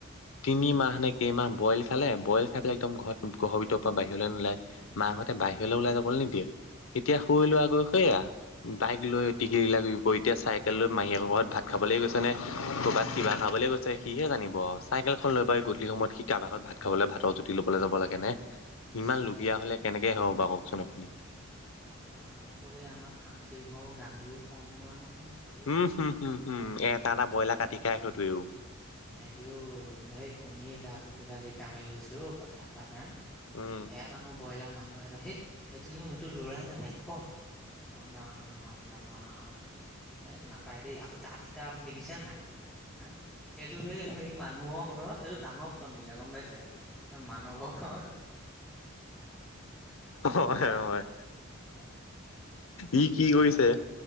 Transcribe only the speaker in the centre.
উম,
ইচ
চিচ
আকৌ
ৰাম ৰাম, আকৌ সেই আমাৰ থানচি ঘৰ গান্ধিও কম লৰা নহয়। দেই।
হ হ শুনে গাটো কিবা যি কামাইি গৈছে হক <unintelligible> কথাষাৰ বা এক
<unintelligible> তাৰনো বইলাৰ মানুহ এটা সেইত সেইটোনো সেইটো লৰা নাই ৰাইখক। ৰাম ৰাম, ৰাম ৰাম এ নাপায় দেই আকৌ দাঁতকেইটা আপুনি দেখিছে নাই? হা সেইটো সেই - সেই মানুহৰ ঘৰত এইটো দানৱ জন্মিলে গম পাইছে ম। নৱখত।
ঘৰত
অ এইটো
এইটো
মানৱ